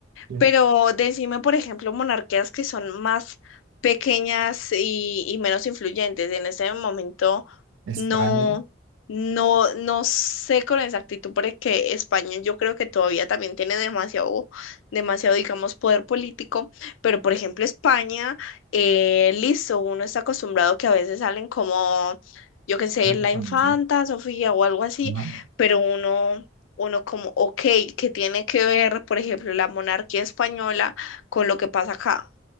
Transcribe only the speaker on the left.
pero decime, por ejemplo, monarquías que son más pequeñas y, y menos influyentes. En ese momento
no, no, no sé con exactitud porque España yo creo que todavía también tiene demasiado, demasiado, digamos, poder político. Pero, por ejemplo, España, eh, listo, uno está acostumbrado que a veces salen como, yo qué sé,
la
infanta
Sofía o algo así,
pero uno uno como, ok, ¿qué tiene que ver, por ejemplo, la monarquía española con lo que pasa acá?